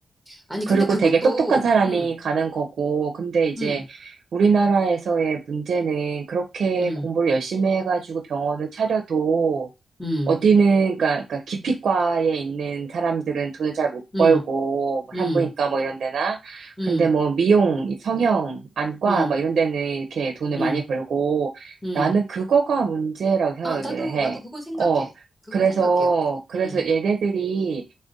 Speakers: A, in the centre; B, on the right (about 75°).
A: 아니,
B: 그리고
A: 근데 그것도,
B: 되게 똑똑한 사람이
A: 음,
B: 가는 거고, 근데 이제
A: 음,
B: 우리나라에서의 문제는 그렇게
A: 음,
B: 공부를 열심히 해가지고 병원을 차려도
A: 음,
B: 어디는, 그러니까, 그러니까 기피과에 있는 사람들은 돈을 잘 못
A: 음,
B: 벌고, 뭐
A: 음,
B: 산부인과 뭐 이런 데나,
A: 음,
B: 근데 뭐 미용, 성형, 안과
A: 음,
B: 뭐 이런 데는 이렇게 돈을
A: 음,
B: 많이 벌고,
A: 음.
B: 나는 그거가 문제라고 생각을
A: 아, 나도,
B: 해.
A: 나도 그건 생각해.
B: 어,
A: 그건
B: 그래서,
A: 생각해.
B: 그래서
A: 음.
B: 얘네들이